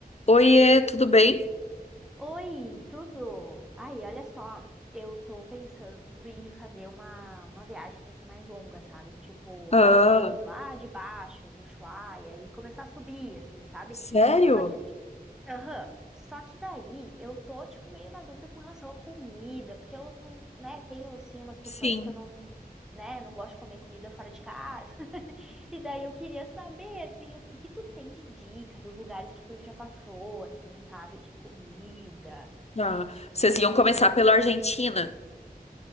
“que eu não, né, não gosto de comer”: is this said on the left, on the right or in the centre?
Centre